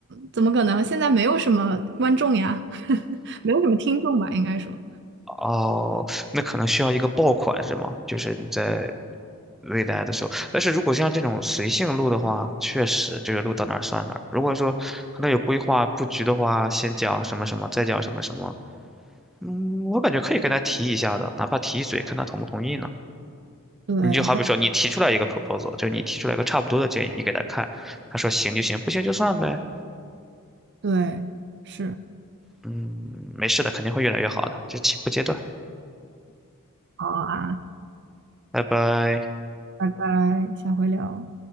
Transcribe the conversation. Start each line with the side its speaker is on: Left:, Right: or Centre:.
Right: 怎么可能？现在没有什么观众呀，<laughs> 没有什么听众吧，应该说。
Centre: 哦，那可能需要一个爆款是吗？就是你在未来的时候，但是如果像这种随性录的话，确实这个录到哪儿算哪儿。如果说可能有规划布局的话，先讲什么什么，再讲什么什么，嗯，我感觉可以跟他提一下的，哪怕提一嘴，看他同不同意呢。
Right: 对，
Centre: 你就好比说，
Right: 到
Centre: 你提出来一个 proposal，就是你提出来一个差不多的建议，你给他看，他说行就行，不行就算呗。
Right: 对，是，
Centre: 嗯，没事的，肯定会越来越好的，这起步阶段。
Right: 好啊，
Centre: 拜拜。
Right: 拜拜，下回聊。